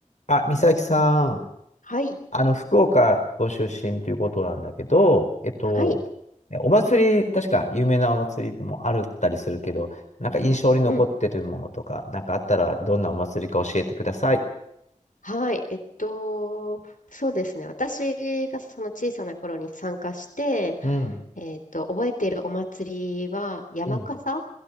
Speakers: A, on the left; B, on the left.
A: あ、美咲さん、
B: はい。
A: あの、福岡ご出身ということなんだけど、えっと、
B: はい。
A: ねお祭り、確か有名なお祭りもあるったりするけど、なんか印象に残ってるものとか、
B: うん。
A: なんかあったらどんなお祭りか教えてください。
B: はい。えっと、そうですね。私がその小さな頃に参加して、
A: うん。
B: えっと、覚えているお祭りは山笠
A: うん。